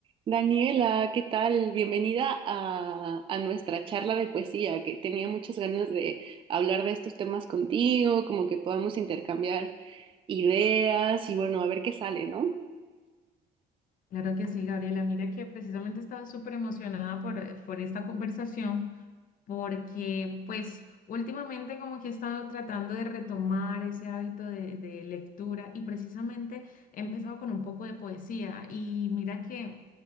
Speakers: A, on the right (about 30°); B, on the left (about 55°).
A: Daniela, ¿qué tal? Bienvenida a, a nuestra charla de poesía, que tenía muchas ganas de hablar de estos temas contigo, como que podamos intercambiar ideas y bueno, a ver qué sale, ¿no?
B: Claro que sí, Gabriela. Mira que precisamente estaba súper emocionada por, eh, por esta conversación porque pues últimamente como que he estado tratando de retomar ese hábito de, de lectura y precisamente he empezado con un poco de poesía y mira que,